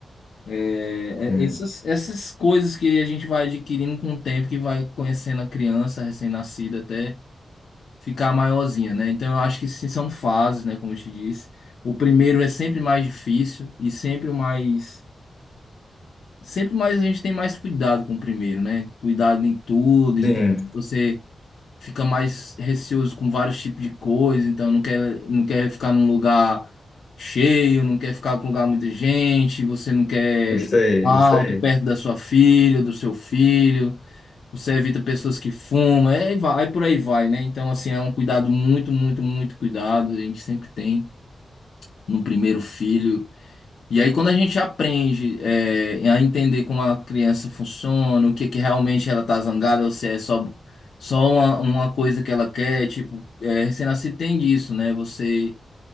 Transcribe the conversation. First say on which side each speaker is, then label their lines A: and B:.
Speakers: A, on the left; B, on the left.
A: É,
B: sim,
A: é- essas, essas coisas que a gente vai adquirindo com o tempo, que vai conhecendo a criança recém-nascida até ficar maiorzinha, né? Então eu acho que sim, são fases, né? Como eu te disse. O primeiro é sempre mais difícil e sempre o mais sempre mais a gente tem mais cuidado com o primeiro, né? Cuidado em tudo, então
B: sim.
A: você fica mais receoso com vários tipos de coisa, então não quer, não quer ficar num lugar cheio, não quer ficar com lugar muita gente, você não quer
B: Isso aí,
A: alto,
B: isso aí.
A: perto da sua filha, do seu filho, você evita pessoas que fumam, é, e vai, por aí vai, né? Então, assim, é um cuidado muito, muito, muito cuidado, a gente sempre tem no primeiro filho. E aí, quando a gente aprende é, a entender como a criança funciona, o que que realmente ela tá zangada, ou se é só, só uma, uma coisa que ela quer, tipo, é, recém-nascido tem disso, né? Você